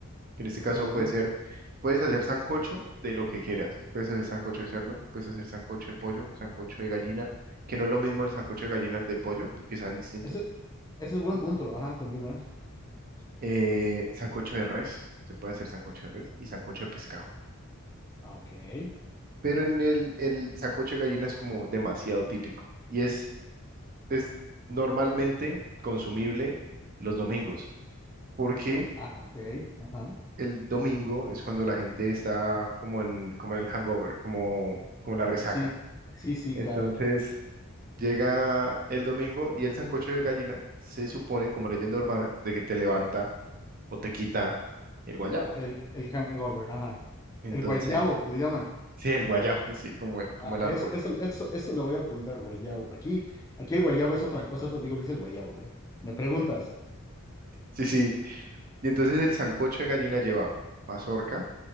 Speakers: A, on the right; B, on the left.
A: que en este
B: Ujú.
A: caso puede ser, puedes hacer sancocho de lo que quieras. Puedes hacer sancocho de cerdo, puedes hacer sancocho de pollo, sancocho de gallina, que no es lo mismo el sancocho de gallina al de pollo, porque saben distinto.
B: Ese, ese es buen punto. Ajá, continúa.
A: Eh, sancocho de res, se puede hacer sancocho de res y sancocho de pescado.
B: Ah, ok.
A: Pero en el, el sancocho de gallina es como demasiado típico. Y es es normalmente consumible los domingos, porque
B: Ok, Ah, ok. Ajá.
A: el domingo es cuando la gente está como en, como en el hangover, como, como en la resaca.
B: Sí, sí, sí,
A: Entonces
B: claro.
A: llega el domingo y el sancocho de gallina se supone como leyenda urbana de que te levanta o te quita el guayabo.
B: El, el hangover, ajá.
A: Entonces,
B: El guayabo, le llaman.
A: sí, el guayabo, <laughs> así como el, como
B: Ah,
A: el
B: eso,
A: árbol.
B: eso, eso, eso lo voy a apuntar, guayabo. Aquí, aquí el guayabo es otra cosa, te digo que es el guayabo, ¿eh? ¿Me preguntas?
A: Sí, sí. Y entonces el sancocho de gallina lleva mazorca